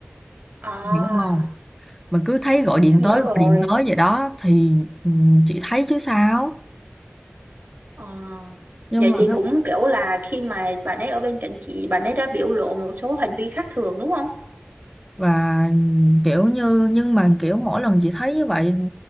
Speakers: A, on the right; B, in the centre.
A: à
B: hiểu không mà cứ thấy gọi điện
A: em hiểu
B: tới gọi
A: rồi
B: điện tới vậy đó thì ừ, chị thấy chứ sao
A: Ờ.
B: nhưng
A: vậy
B: mà
A: thì cũng kiểu là khi mà bạn ấy ở bên cạnh chị bạn ấy đã biểu lộ một số hành vi khác thường đúng không
B: và kiểu như nhưng mà kiểu mỗi lần chị thấy như vậy